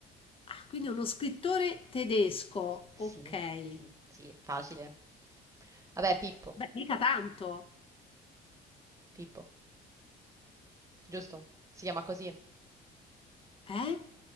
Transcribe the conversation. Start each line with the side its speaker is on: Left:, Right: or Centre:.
Left: Ah, quindi uno scrittore tedesco.
Right: Sì,
Left: Ok.
Right: sì, è facile. Vabbè, Pippo,
Left: Beh, mica tanto.
Right: Pippo, giusto? Si chiama così.
Left: Eh?